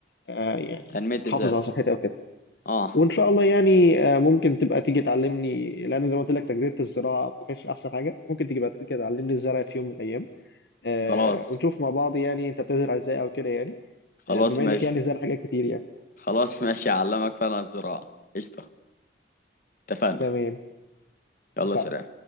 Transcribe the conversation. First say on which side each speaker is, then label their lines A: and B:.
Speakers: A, on the left; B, on the left.
A: آه، يعني
B: تنمية
A: احافظ
B: الذات
A: على صحتي او كده
B: اه
A: وان شاء الله يعني آه، ممكن تبقى تيجي تعلمني لان زي ما قلت لك تجربه الزراعه ما كانتش احسن حاجه ممكن تيجي بقى تيجي تعلمني الزرع في يوم من الايام آه،
B: خلاص
A: ونشوف مع بعض يعني انت بتزرع ازاي او كده يعني
B: خلاص
A: آه، بما
B: ماشي
A: انك يعني زرع حاجات كتير يعني
B: خلاص ماشي اعلمك فعلا الزراعة قشطة اتفقنا
A: تمام
B: يلا
A: اتفقنا
B: سلام